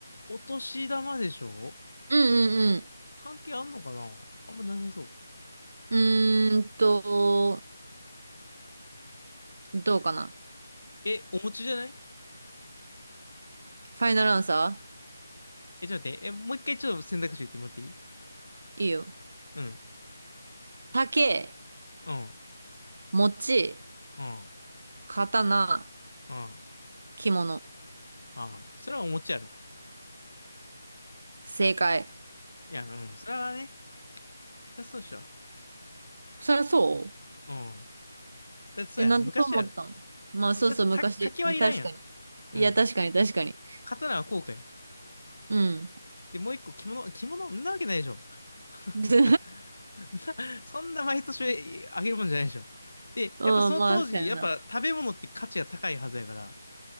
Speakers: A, on the left (about 60°); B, on the right (about 40°).
A: お年玉でしょ
B: う。うんうん
A: 関係あんのかなあんまなさそ
B: うん。うーんと、どうかな。
A: う。え、お餅じゃない
B: ファイナルアンサ
A: え、ちょっと待って。え、もう一回ちょっと選択肢言ってもらっていい
B: ーいいよ。
A: うん、
B: 竹、
A: うん、
B: 餅、
A: うん、
B: 刀、
A: うん。あ
B: 着物。
A: あ、それはお餅やろ。
B: 正解。
A: いや、うん、それはね、そりゃそうでしょ。
B: そりゃそう
A: うん。だってそうやん、
B: え、なんでそう思ったんまあそうそう、
A: 昔やろ。だって、
B: 昔。
A: た、竹はいらんやん。
B: 確かに。
A: うん。
B: いや、確かに、確かに。
A: 刀はこうかよ。
B: うん。
A: で、もう一個着物、着物んなわけないでしょ。<laughs>
B: <laughs> ず
A: <laughs> なそんな毎年あげるもんじゃないでしょ。で、
B: うん、
A: やっぱその当時、
B: まあ、そうやな。
A: やっぱ食べ物って価値が高いはずやから。